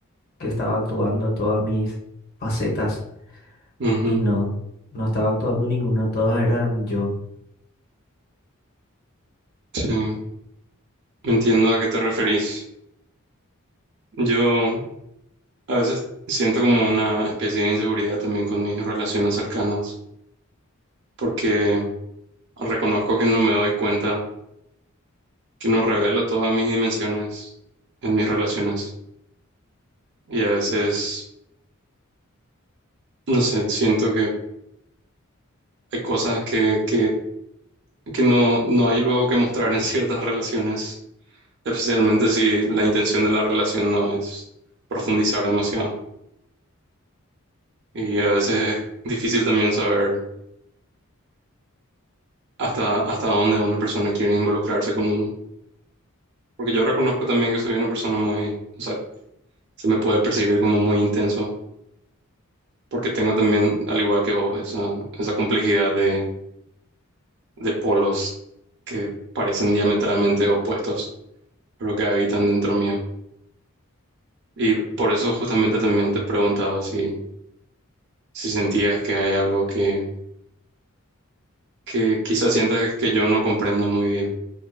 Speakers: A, on the left (about 50°); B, on the right (about 55°).
A: que estaba actuando en todas mis facetas.
B: ujú,
A: Y no, no estaba actuando en ninguna, todas eran yo.
B: sí, entiendo a qué te referís. Yo a veces siento como una especie de inseguridad también con mis relaciones cercanas, porque reconozco que no me doy cuenta, que no revelo todas mis dimensiones en mis relaciones. Y a veces, no sé, siento que hay cosas que, que, que no, no hay luego que mostrar en ciertas relaciones, especialmente si la intención de la relación no es profundizar demasiado. Y a veces es difícil también saber hasta, hasta dónde una persona quiere involucrarse con uno. Porque yo reconozco también que soy una persona muy, o sea, se me puede percibir como muy intenso, porque tengo también, al igual que vos, esa, esa complejidad de, de polos que parecen diametralmente opuestos, pero que habitan dentro mío. Y por eso justamente también te preguntaba si, si sentías que hay algo que, que quizás sientas que yo no comprendo muy bien